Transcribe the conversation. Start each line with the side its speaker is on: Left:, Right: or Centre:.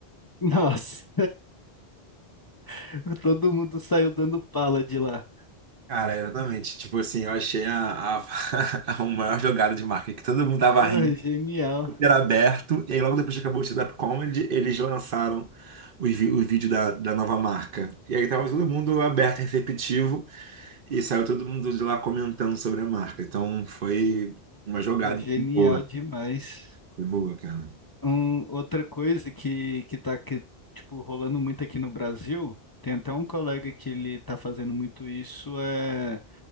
Left: Nossa, <laughs> todo mundo saiu dando pala de lá.
Right: Cara, exatamente. Tipo assim, eu achei a, a, <laughs> a maior jogada de marketing, que todo mundo tava
Left: Porra,
Right: rindo,
Left: genial.
Right: era aberto, e aí logo depois que acabou o stand-up comedy, eles lançaram o, vi- o vídeo da, da nova marca. E aí tava todo mundo aberto, receptivo, E saiu todo mundo de lá comentando sobre a marca. Então foi uma jogada
Left: Pô, genial
Right: assim, boa.
Left: demais.
Right: Foi boa, cara.
Left: Um, outra coisa que, que tá que, tipo, rolando muito aqui no Brasil, tem até um colega que ele tá fazendo muito isso, é